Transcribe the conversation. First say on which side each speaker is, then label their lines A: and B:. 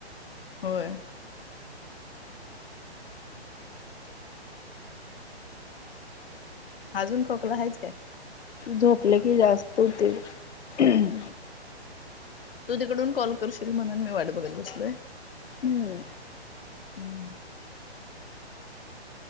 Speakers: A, on the left (about 55°); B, on the left (about 85°).
A: होय अजून खोकला आहेच काय?
B: झोपले की जास्त होतय हम्म्म.
A: हम्म तू तिकडून कॉल करशील म्हणून मी वाट बघत बसलोय.
B: हम्म
A: हम्म